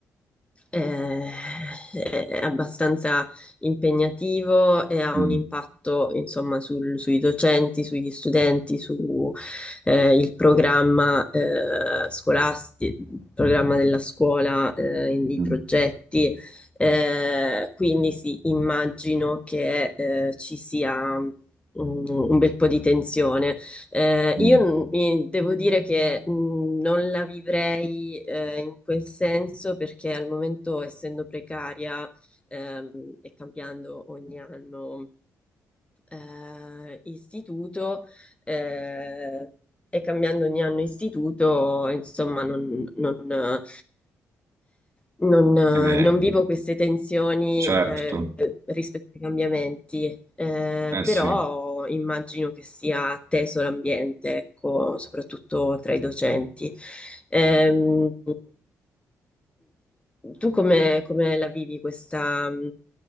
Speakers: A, on the left; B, on the right.
A: eh, è abbastanza impegnativo e ha
B: Mm,
A: un impatto, insomma, sul- sui docenti, sugli studenti, su eh, il programma eh, scolastico, il programma della scuola, eh, in- i
B: mm,
A: progetti. Eh, quindi sì, immagino che eh, ci sia mm, un bel po' di tensione. Eh,
B: mm.
A: io n- mi- devo dire che mh, non la vivrei eh, in quel senso perché al momento, essendo precaria ehm, e cambiando ogni anno eh, istituto, eh, e cambiando ogni anno istituto, insomma, non, non- non, eh,
B: Eh beh,
A: non vivo queste tensioni
B: certo,
A: eh, rispetto ai cambiamenti, eh,
B: eh
A: però
B: sì.
A: immagino che sia teso l'ambiente, ecco, soprattutto tra i docenti. Ehm, tu come, come la vivi questa,